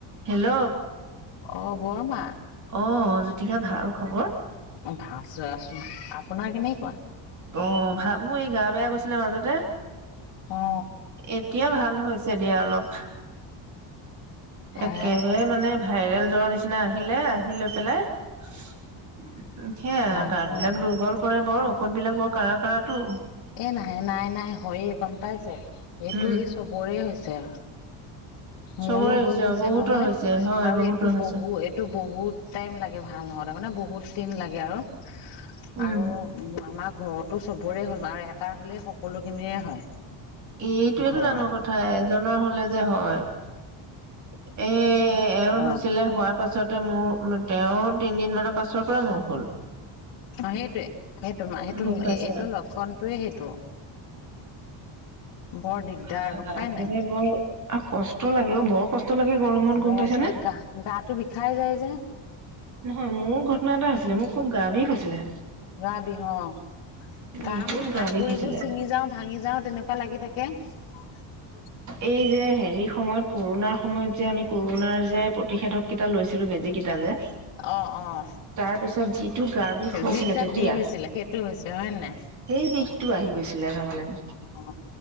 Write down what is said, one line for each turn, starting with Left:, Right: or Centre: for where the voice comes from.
Right: Hello.
Left: অহ, বৰমা।
Right: অহ, জ্যোতিকা ভাল খবৰ?
Left: <unintelligible> আছোঁ, আপোনাৰ কেনেকুৱা?
Right: অহ, ভা, মোৰ এই গা বেয়া গৈছিলে মাজতে।
Left: অ
Right: এতিয়া ভাল। হৈছে দিয়া অলপ। একেবাৰে
Left: অ
Right: মানে ভাইৰেল জ্বৰ নিচিনা। নিচিনা আহিলে, আহি লৈ পেলাই সেইয়াই
Left: হয়
Right: গা
Left: হয়
Right: বিলাক দুৰ্বল কৰে বৰু। ঔষধ বিলাক বৰ কাৰা কাৰাটো।
Left: এ নাহাই নাই নাই হয়ে গম পাইছে, এইটো
Right: উম
Left: এই সবৰে হৈছে। যে
Right: চবৰে
Left: মোৰো
Right: হৈছে
Left: হৈ গৈছে
Right: অ বহুতৰ
Left: নহয়
Right: হৈছে হয়
Left: আৰু
Right: বহুতৰ
Left: এইটো
Right: হৈছে
Left: বহু, এইটো বহুত টাইম লাগে ভাল হওঁতে, মানে বহুত। দিন লাগে আৰু।
Right: উম
Left: আৰু আমাৰ ঘৰতো সবৰে হ' তমাৰ এটা হ'লেই সকলোখিনিয়ে হয়।
Right: এইটোয়েটো
Left: ঘৰৰ
Right: ডাঙৰ কথা, এজনৰ হ'লে যে হয়। এহ, এওঁৰ
Left: অ
Right: হৈছিলে, হোৱাৰ পাছত তে মোৰ, তেওঁৰ তিনদিন মানৰ পাছৰ পৰা মোৰ হ'ল।
Left: অহ সেইটোৱে। সেইটো, সেইটো
Right: গম পাইছা
Left: এইটো লক্ষণটোয়ে সেইটো। বৰ দিগদাৰ
Right: অহ
Left: গম পাই
Right: একেবাৰে
Left: নাই
Right: বৰ কষ্ট লাগে। অ বৰ কষ্ট। <unintelligible> গৰমত
Left: বছৰে
Right: গম পাইছে নে?
Left: গা গাটো বিষাই যায় যে
Right: নহয় মোৰ ঘটনা এটা আছে। আছিলে, মোৰ খুব গা বিষ হৈছিলে।
Left: গা বিহ, অহ।
Right: বহুত
Left: গা মানে হাত
Right: বিষ
Left: ভৰিবোৰ
Right: হৈছিলে
Left: ছিঙি যাও ভাঙি যাও তেনেকুৱা লাগি থাকে। কে
Right: এই যে হেৰি সময়ত কৰণাৰ সময়ত যে আমি কৰণাৰ যে প্ৰতিষেধক কেইটা লৈছিলোঁ, বেজী কেইটা যে
Left: অহ, অহ।
Right: তাৰ পিছত যিটো গা বিষ হৈছিলে
Left: যিকেইটা
Right: তেতিয়া
Left: বিষ হৈছিলে সেইটো হৈছে হয় নাই?
Right: সেই বিষটো <unintelligible>
Left: অ